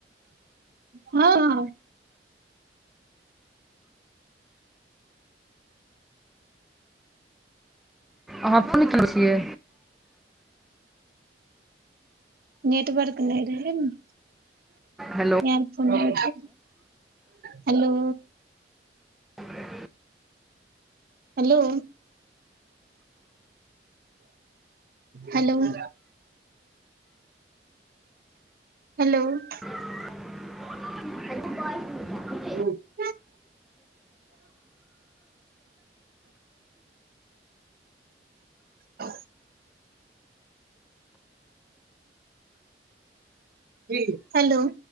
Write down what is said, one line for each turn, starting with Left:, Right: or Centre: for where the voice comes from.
Right: हँ।
Centre: अहाँ फून केने छियै?
Right: नेटवर्क नैय रहैन।
Centre: हेलो
Right: <inaudible> हेलो
Centre: आ
Right: हेलो हेलोऽ हेलोऽ
Centre: <inaudible>
Right: <inaudible> ह की हेलोऽ